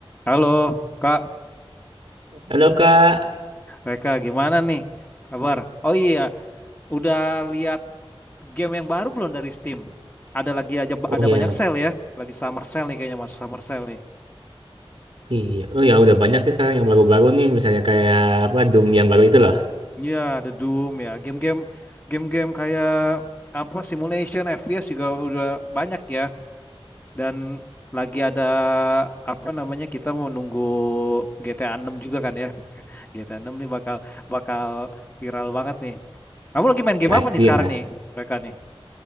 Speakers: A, on the left; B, on the right.
A: Halo, Kak
B: Halo Kak.
A: Reka, gimana nih kabar? Oh iya, udah lihat game yang baru belum dari Steam? Ada lagi aja
B: Oh
A: ada
B: ya,
A: banyak sale ya, lagi summer sale nih kayaknya masuk summer sale nih.
B: iya. Oh ya udah banyak sih sekarang yang baru-baru nih, misalnya kayak apa Doom yang baru itu loh.
A: Iya, ada Doom ya, game-game game-game kayak apa simulation FPS juga udah banyak ya dan lagi ada apa namanya kita mau nunggu GTA 6 juga kan ya. <laughs> GTA 6 nih bakal bakal viral banget nih. Kamu lagi main game
B: Pasti
A: apa nih sekarang
B: lah.
A: nih, mereka nih?